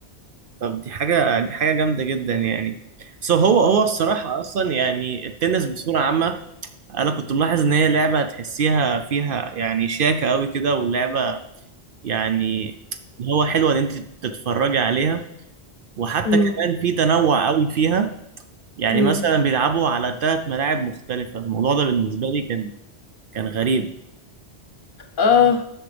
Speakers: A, on the right; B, on the left.
A: طب دي حاجة دي حاجة جامدة جدا يعني سو هو هو الصراحة اصلا يعني التنس بصورة عامة انا كنت ملاحظ ان هي لعبة تحسيها فيها يعني شياكة قوي كده ولعبة يعني اللي هو حلوة ان انت تتفرجي عليها وحتى
B: إمم،
A: كمان في تنوع قوي فيها يعني
B: إمم.
A: مثلا بيلعبوا على ثلاث ملاعب مختلفة الموضوع ده بالنسبة لي كان كان غريب
B: آه،